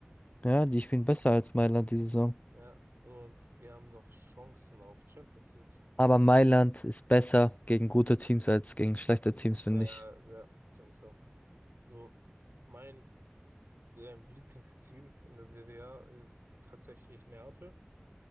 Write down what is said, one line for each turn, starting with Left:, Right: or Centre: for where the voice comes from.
Left: Ja, die
Right: Und-
Left: spielen besser als Mailand diese Saison.
Right: Ja, und die haben noch Chancen auf Champions League.
Left: Aber Mailand ist besser gegen gute Teams als gegen schlechte Teams, finde
Right: Ja,
Left: ich.
Right: ja, finde ich auch. So, mein, ähm, Lieblingsteam in der Serie A ist tatsächlich Neapel,